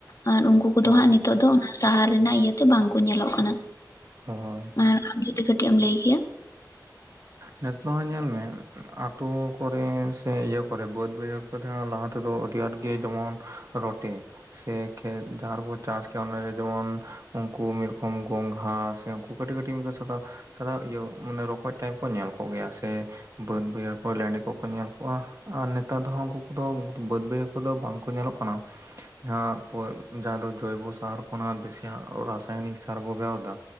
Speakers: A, on the left; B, on the right.
A: ᱟᱨ ᱩᱱᱠᱩ ᱠᱚᱫᱚ
B: ᱦᱳᱭ
A: ᱦᱟᱸᱜ ᱱᱤᱛᱚᱜ ᱫᱚ ᱚᱱᱟ ᱥᱟᱦᱟᱨ ᱨᱮᱱᱟᱜ ᱤᱭᱟᱹᱛᱮ ᱵᱟᱝ ᱠᱩ ᱧᱮᱞᱚᱜ ᱠᱟᱱᱟ᱾
B: ᱦᱚᱭ᱾
A: ᱟᱨ ᱟᱢ ᱡᱩᱫᱤ ᱠᱟᱹᱴᱤᱡ ᱮᱢ ᱞᱟᱹᱭ ᱠᱮᱭᱟ᱾
B: ᱱᱤᱛᱚᱜ ᱦᱚᱸ ᱧᱮᱞ ᱢᱮ ᱟᱛᱳ ᱠᱚᱨᱮ ᱥᱮ ᱤᱭᱟᱹ ᱠᱚᱨᱮ ᱵᱟᱹᱫᱽ ᱵᱟᱹᱭᱦᱟᱹᱲ ᱠᱚᱨᱮ ᱛᱟᱦᱮᱱᱟ ᱞᱟᱦᱟᱛᱼᱼ ᱛᱮ ᱫᱚ ᱟᱹᱰᱤ ᱟᱸᱴ ᱜᱮ ᱡᱮᱢᱚᱱ ᱨᱚᱴᱮ, ᱥᱮ ᱠᱷᱮᱛ ᱡᱟᱦᱟᱸ ᱨᱮᱵᱚᱱ ᱪᱟᱥᱼᱼ <unintelligible> ᱚᱱᱟ ᱨᱮ ᱡᱮᱢᱚᱱ ᱩᱱᱠᱩ ᱢᱤᱫ ᱨᱚᱠᱚᱢ ᱜᱚᱸᱜᱷᱟ ᱥᱮ ᱩᱱᱠᱩ ᱠᱟᱹᱴᱤᱡ ᱠᱟᱹᱴᱤᱡ ᱢᱤᱫ‌ ᱥᱟᱛᱟᱼᱼ ᱥᱟᱫᱟ ᱤᱭᱟᱹ ᱢᱟᱱᱮ ᱨᱚᱠᱚᱡ ᱴᱟᱭᱤᱯ ᱠᱚ ᱧᱮᱞ ᱠᱚᱜ ᱜᱮᱭᱟ ᱥᱮᱼᱼ ᱵᱟᱹᱫᱽ ᱵᱟᱹᱭᱦᱟᱹᱲ ᱠᱚᱨᱮ ᱞᱮᱸᱰᱮ ᱠᱚᱠᱚ ᱧᱮᱞ ᱠᱚᱣᱟ ᱟᱨ ᱱᱮᱛᱟᱨ ᱫᱚ ᱦᱟᱸᱜ ᱩᱱᱠᱩ ᱠᱩᱫᱚ ᱵᱟᱹᱫᱽ ᱵᱟᱹᱭᱦᱟᱹᱲᱼᱼ ᱠᱩᱫᱚ ᱵᱟᱝ ᱠᱚ ᱧᱮᱞᱚᱜ ᱠᱟᱱᱟ᱾ ᱡᱟᱦᱟᱸ <unintelligible> ᱡᱟᱦᱟᱸ ᱫᱚ ᱡᱳᱭᱵᱚ ᱥᱟᱨ ᱠᱷᱚᱱᱟᱜ ᱵᱮᱥᱤ ᱦᱟᱸᱜ ᱨᱟᱥᱟᱭᱱᱤᱠ ᱥᱟᱨ ᱵᱚᱱ ᱵᱮᱣᱦᱟᱨ ᱫᱟ᱾